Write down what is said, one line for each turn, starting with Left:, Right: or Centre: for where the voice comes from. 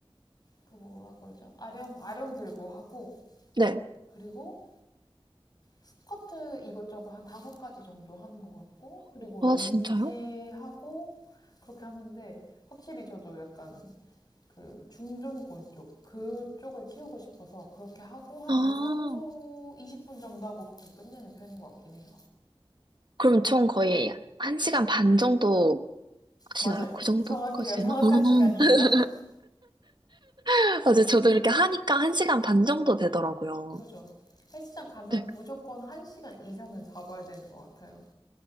Left: 그 뭐라 그러죠? 아령, 아령 들고 하고,
Right: 네.
Left: 그리고 스쿼트 이것저것 한 다섯 가지 정도 하는 것 같고, 그리고 런지
Right: 어? 아, 진짜요?
Left: 하고, 그렇게 하는데, 확실히 저도 약간 그 중둔근 쪽, 그쪽을 키우고 싶어서 그렇게 하고, 한
Right: 아,
Left: 유산소 20분 정도 하고 그렇게 끝내는 편인 것 같긴 해요.
Right: 그럼 총 거의 한시간반 정도 하시나요?
Left: 맞아요.
Right: 그 정도까지
Left: 정확해요.
Right: 되나?
Left: 정확한
Right: 아,
Left: 시간이에요. <laughs>
Right: <laughs> 맞아요. 저도 이렇게 하니까 한시간반 정도 되더라고요.
Left: 그죠? 헬스장 가면
Right: 네.
Left: 무조건 1시간 이상은 잡아야 되는 것 같아요.